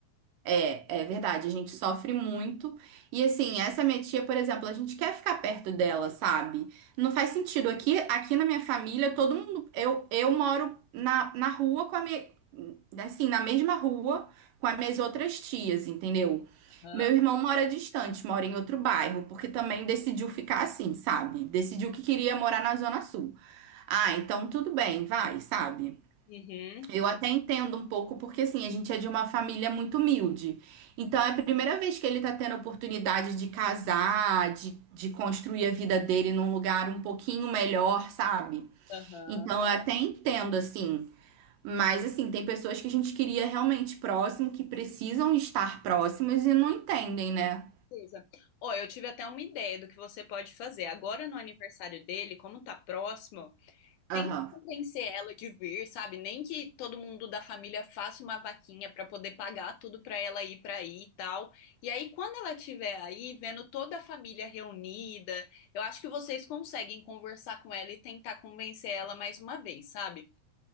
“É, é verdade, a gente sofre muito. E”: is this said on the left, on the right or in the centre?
Right